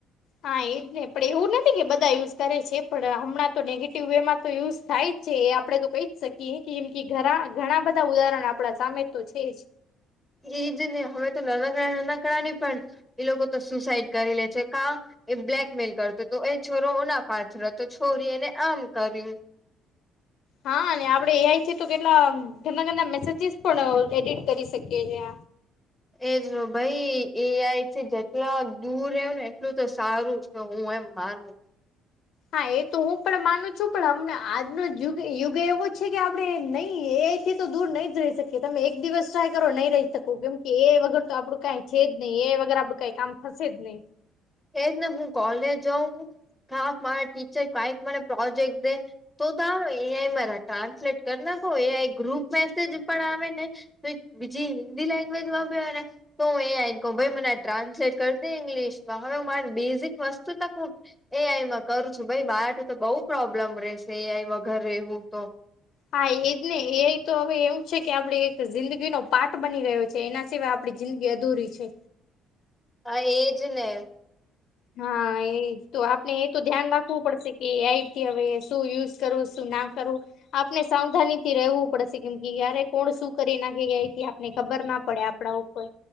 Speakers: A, on the left (about 65°); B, in the centre.
A: હા એજ ને પણ એવું નથી કે બધા યુઝ કરે છે પણ હમણાં તો નેગેટિવ વે માં તો યુઝ થાય જ છે એ આપડે તો કહી જ શકીએ કેમ કે ઘણા ઘણા બધા ઉદાહરણ આપણા સામે તો છે જ.
B: એજ ને અમે તો નાનાકડા નાના કડા નહી પણ એ લોકો તો સુસાઈડ કરી લે છે કા એ બ્લેકમેલ કરતો તો એ છોરોના પાથ હતો છોરી એને આમ કર્યું.
A: હા અને આપડે એઆઈ થી તો કેટલા ઘણા ઘના મેસેજીસ પણ એડિટ કરી શકીએ છીએ.
B: એજ ભાઈ એ આઈથી જેટલા દૂર રહ્યો ને એટલું તો સારું હું એમ માનુ.
A: હા એ તો હું પણ માનું છું પણમ આજનોગ યુગ એવો છે કે આપડે નહી એ આઈ થી તો દૂર નહી જ રહી શકી તમે એક દિવસ ટ્રાય કરો નહી રહી શકો કેમ કે એ વગર તો આપડું કઈ છે જ નહીં એ વગર આપડું કઈ કામ થશે જ નહી.
B: એજ ને હું કોલેજ જાઉં મારા ટીચર કઈક મને પ્રોજેક્ટ દે તો તો એઆઈ મારા ટ્રાન્સલેટ કરી નાખો એઆઈ ગ્રુપ મેસેજ પણ આવે ને તો બીજી હિન્દી લેંગ્વેજ માં ભને તો હું એ આને કહ ભાઈ મને આ ટ્રાસલેટ કર દ ઇંગ્લિશમાં હવે હ મારી બેઝિક વસ્તુ તક હ એ આઈમાં કરું છું ભાઈ બારઠું તો બહુ પ્રોબ્લેમ રહેશે એ આઈમાં ઘરે રહેવું તો.
A: હા એજ ને એ તો હવે એવું છે કે આપડે એક જિંદગીનોો પાઠ બની રહ્યો છે એના સિવાય આપ આપણી જિંદગી અધૂરી છે.
B: આ એજ ને!
A: હા એ તો આપણે એ તો ધ્યાન રાખવું પડશે. એઈથી હવે શું યુઝ કરવું? શું ના કરવું. આપણે સાવધાની થી રેવું પડશે કેમ કે યારે કોણ શું કરી નાખે એથી ને ખબર ના પડે આપડા ઉપર